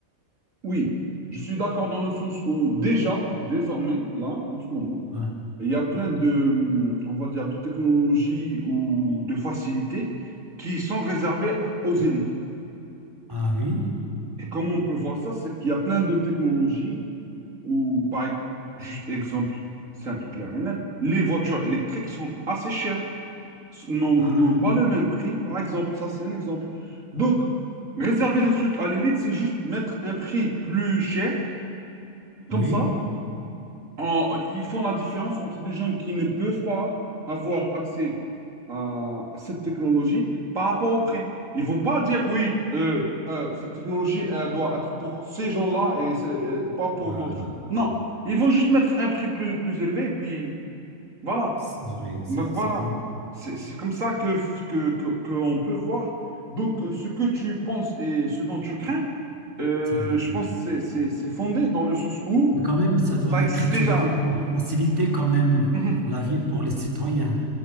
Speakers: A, on the right; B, on the right.
A: Oui, je suis d'accord dans le sens où déjà, désormais, là, en ce moment,
B: Ouais.
A: il y a plein de, hum, on va dire, de technologies ou de facilités qui sont réservées aux élites.
B: Ah oui,
A: Et comment on peut voir ça, c'est qu'il y a plein de technologies où, par ex- juste exemple simple, clair et net, les voitures électriques sont assez chères. n'ont
B: ah
A: n'ont pas le même prix, par exemple. Ça, c'est un exemple. Donc, réserver des trucs à l'élite, c'est juste mettre un prix plus cher. Comme
B: oui,
A: ça, en- ils font la différence entre des gens qui ne peuvent pas avoir accès à cette technologie par rapport au prix. Ils vont pas dire, oui, euh, euh, cette technologie, elle doit être pour ces gens-là et c'est- euh, pas pour
B: Ah,
A: d'autres. Non, ils vont juste mettre un prix plus, plus élevé et puis voilà.
B: c'est vrai. Ça,
A: Donc voilà,
B: ça-
A: c'est c'est comme ça que, que, que, que on peut voir. Donc euh, ce que tu penses et ce dont tu crains, euh,
B: C'est vrai.
A: je pense que c'est c'est- c'est fondé dans le sens où
B: Mais quand même, ça doit
A: ça existe
B: être utilisé
A: déjà.
B: pour faciliter quand même
A: Mhm.
B: la vie pour les citoyens